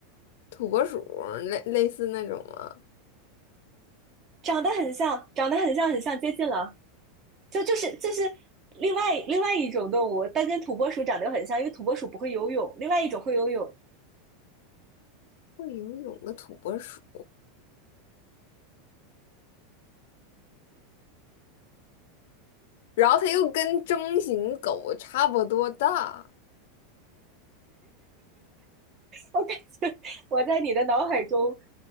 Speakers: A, on the left (about 65°); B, on the right (about 30°).
A: 土拨鼠类类似那种吗？
B: 长得很像，长得很像，很像，接近了。就就是就是另外另外一种动物，但跟土拨鼠长得又很像，因为土拨鼠不会游泳，另外一种会游泳。
A: 会游泳的土拨鼠，然后它又跟中型狗差不多大
B: 我感觉我在你的脑海中